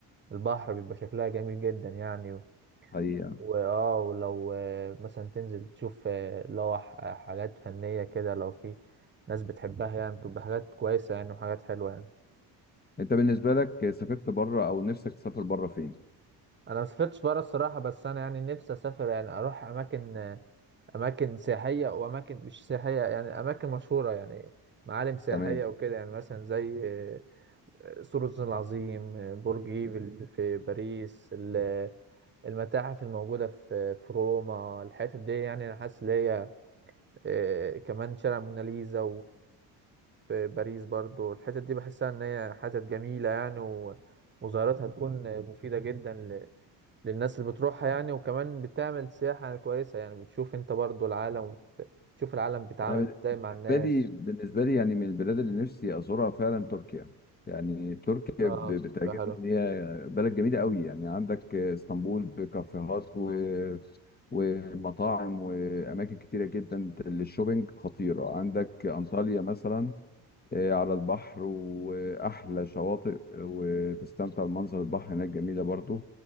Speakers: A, on the right (about 25°); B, on the left (about 20°).
A: البحر بيبقى شكلها جميل جدا يعني
B: حقيقه
A: واه ولو آه، مثلا تنزل تشوف آه، لو ح- حاجات فنية كده لو في ناس بتحبها يعني بتبقى حاجات كويسة يعني وحاجات حلوة يعني
B: انت بالنسبه لك سافرت بره او نفسك تسافر بره فين
A: انا ما سافرتش بره الصراحة بس انا يعني نفسي اسافر يعني اروح اماكن آه، اماكن سياحية واماكن مش سياحية يعني اماكن مشهورة يعني معالم سياحية
B: تمام
A: وكده يعني مثلا زي آه، سور الصين العظيم آه، برج ايفل في باريس ال- المتاحف الموجودة في في روما الحتت دي يعني انا حاسس ان هي آه، كمان شارع موناليزا وباريس برضو الحتت دي بحسها ان هي حتت جميلة يعني و- وزيارتها تكون مفيدة جدا ل- للناس اللي بتروحها يعني وكمان بتعمل سياحة كويسة يعني بتشوف انت برضو العالم وتشوف العالم بيتعامل
B: انا
A: ازاي مع
B: بالنسبة
A: الناس
B: لي بالنسبة لي يعني من البلاد اللي نفسي أزورها فعلا تركيا يعني تركيا
A: اه
B: ب- بتعجبني
A: تبقى حلو
B: إن هي بلد جميلة قوي يعني عندك اسطنبول بكافيهات و... ومطاعم وأماكن كتيرة جدا للشوبينج خطيرة عندك أنطاليا مثلا آه، على البحر وأحلى شواطئ وتستمتع بمنظر البحر هناك جميلة برضو